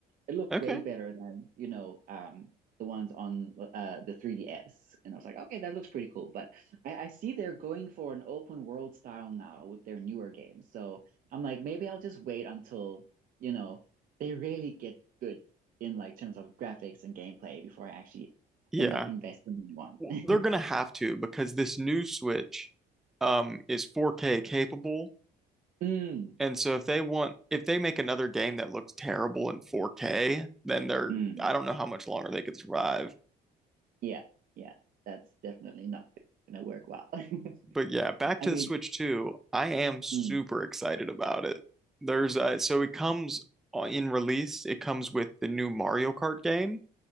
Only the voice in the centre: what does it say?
Okay.
Yeah.
W-
They're gonna have to because this new Switch um is 4K capable.
And so if they want if they make another game that looks terrible in 4K, then they're
I don't know how much longer they could survive.
but yeah, back
to
the Switch 2. I am super
excited about it. There's uh, so it comes uh, in release, it comes with the new Mario Kart game,